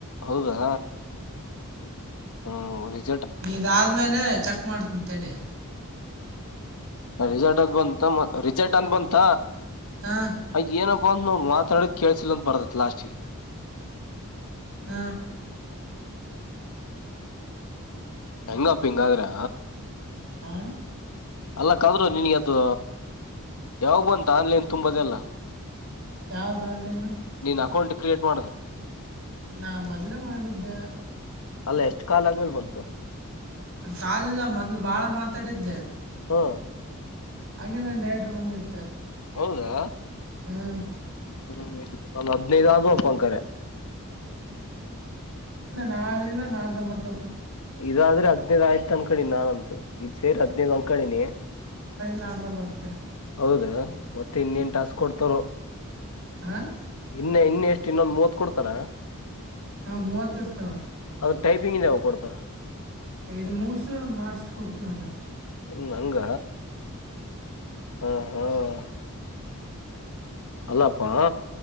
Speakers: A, on the left; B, on the right.
A: ಹೌದಾ ಹಾ
B: ಇದಾದ್ಮೇಲೆ ಚೆಕ್ ಮಾಡ್ತನ್ಂತಡಿ
A: ರಿಜರ್ಟ್ ಅಂತ್ ಬಂತ ಮ ರಿಜರ್ಟ್ ಅಂತ ಬಂತ
B: ಹಾಂ
A: ಅಯ ಏನಪ್ಪಾ ಅಂತ ನಾವು ಮಾತಾಡಿದ ಕೇಳ್ಸಿಲ್ಲಂತ ಬರ್ತತ್ ಲಾಸ್ಟ್ಗೆ
B: ಹ್ಮ
A: ಹೆಂಗ ಅಪ್ಪಿ ಹೆಂಗಾದ್ರೆ
B: ಹ
A: ಅಲ್ಲ ಕಾದ್ರರು ನಿನ್ಗೆ ಅದು ಯಾವಾಗಂತ ಆನ್ಲೈನ್ ತುಂಬದೆಲ್ಲ
B: ಯಾವುದು ಆನ್ಲೈನ್
A: ನೀನ್ ಅಕೌಂಟ್ ಕ್ರಿಯೇಟ್ ಮಾಡುದು
B: ನಾ ಮೊದ್ಲೇ ಮಾಡಿದ್ದೆ
A: ಅಲ್ಲ ಎಷ್ಟ ಕಾಲ್ ಆದ್ಮೇಲೆ ಬಂತು
B: ಕಾಲಿಲ್ಲ ಮೊದ್ಲು ಬಾಳ ಮಾತಾಡಿದ್ದೆ
A: ಹ್ಮ
B: ಹಂಗೇನ ಒಂದು ಡಯಾಟರ ಬಂದ ಇತ್ತ
A: ಹೌದಾ
B: ಹ್ಮ್
A: ಹ್ಮ್ ಒಂದ್ ಹದನೈದು ಆಗ ಒಪ್ಪಂಕರ
B: ನಾಳೆಲ್ಲಾ ನಾಡ್ದ ಬರ್ತ
A: ಇದಾದ್ರೆ ಹದನೈದ್ ಆಯ್ತ ಅನಕೊಳಿ ನಾನಂತ ಇದ್ ಸೇರಿ ಹದನೈದ್ ಅನ್ಕಳಿನಿ
B: ಡ ವರ್ತ
A: ಹೌದಾ ಮತ್ತೆ ಇನ್ನೇನ್ ಟಾಸ್ಕ್ ಕೊಡ್ತವರು
B: ಹಾಂ
A: ಇ ಇನ್ನ ಎಷ್ಟು ಇನ್ನೊಂದು ಮೂವತ್ ಕೊಡ್ತಾರ
B: ಹಾ ಮೂವತ್ತುರ್ತಾವ
A: ಅದ್ರ ಟೈಪಿಂಗ್ ಇದೆ ಅವಕರದ್
B: ಇದು ಮುಗಸು ಮಾಡಸ ಕೊಡತನಾನ
A: ಹ್ಮ್ ನಂಗ ಹ್ಮ್ ಹ್ಮ್ ಅಲ್ಲಪ್ಪಾ